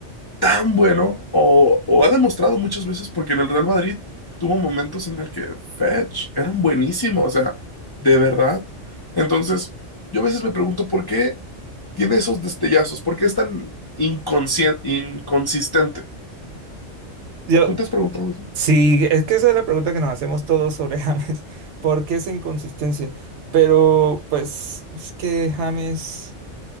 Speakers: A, on the left; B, on the right.
A: tan bueno? O, o ha demostrado muchas veces, porque en el Real Madrid tuvo momentos en el que Fetch era un buenísimo, o sea, de verdad. Entonces, yo a veces me pregunto, ¿por qué tiene esos destellazos? ¿Por qué es tan inconscien- inconsistente?
B: Yo,
A: ¿Tú te has preguntado eso?
B: Sí, es que esa es la pregunta que nos hacemos todos sobre James. <laughs> ¿Por qué esa inconsistencia? Pero, pues, es que James,